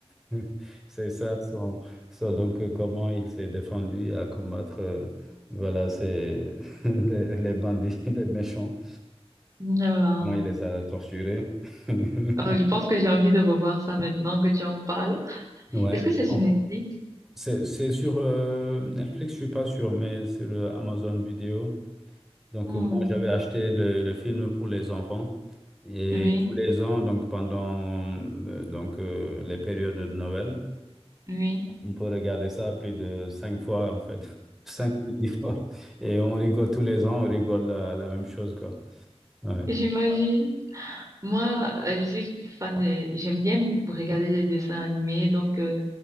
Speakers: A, in the centre; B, on the right (about 30°).
A: <laughs> C'est ça, son, son- donc, euh, comment il s'est défendu à combattre, euh, voilà, c'est <laughs> les, les bandits, <laughs> les méchants.
B: voilà.
A: Moi, il les a torturés. <laughs>
B: Euh, je pense que j'ai envie de revoir ça maintenant que tu en parles.
A: Ouais.
B: Est-ce que c'est sur
A: En-
B: Netflix?
A: C'est, c'est sur euh, Netflix, je suis pas sûr, mais c'est le Amazon Vidéo. Donc,
B: Hmm.
A: euh, moi, j'avais acheté le, le film pour les enfants. Et
B: Oui,
A: tous les ans, donc, pendant euh, donc, euh, les périodes de Noël,
B: oui.
A: On peut regarder ça plus de cinq fois, en fait. <laughs> Cinq ou dix fois. Et on rigole tous les ans, on rigole la, la même chose, quoi. Ouais.
B: J'imagine. Moi, euh, je suis fan des... J'aime bien regarder les dessins animés. Donc, euh,